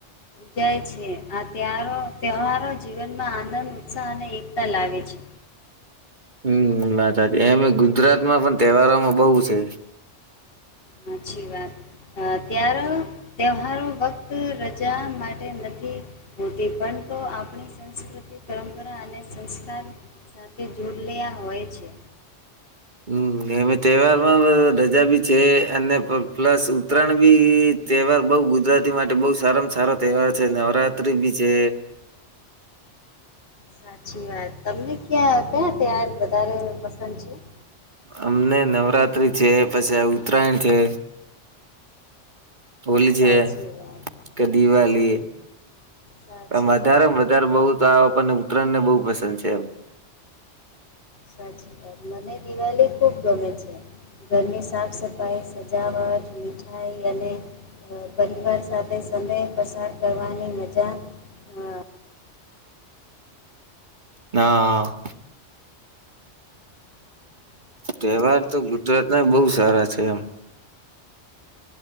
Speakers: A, on the left; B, on the right.
A: જાય છે આ તેવારો તહેવારો જીવનમાં આનંદ ઉત્સાહ અને એકતા લાવે છે.
B: હમ વાત સાચી એમ ગુજરાતમાં પણ તહેવારોમાં બોવ છે.
A: હાચી વાત. ત્યાર તહેવારો ફક્ત રજા માટે નથી. હોતી પણ તો આપણી સંસ્કૃતિ પરંપરા અને સંસ્કાર સાથે જોડલયા હોય છે.
B: હમ એમે તહેવારમાં રજાબી છે અને પ્લસ ઉત્તરાયણ બી તહેવાર બોવ ગુજરાતી માટે બહુ સારામાં સારો તહેવાર છે નવરાત્રીબી છે.
A: સાચી વાત તમને ક્યાં કયા તહેવાાર વધારે પસંદ છે?
B: અમને નવરાત્રી છે પછી ઉત્તરાયણ છે. હોલી છે
A: સાચી વાત
B: કે દિવાલી
A: અ, સાચી
B: વધારે
A: વાત
B: વધારે બહ તો આપણને ઉત્તરાયણને બહુ પસંદ છે એમ.
A: સાચી વાત મને દિવાળી ખૂબ ગમે છે. ઘરની સાફ સફાઈ સજાવટ મિઠાઈ અને પરિવાર સાથે સમય પસાર કરવાની મજા અ,
B: હા. તહેવાર તો ગુજરાત ના બહુ સારા છે એમ.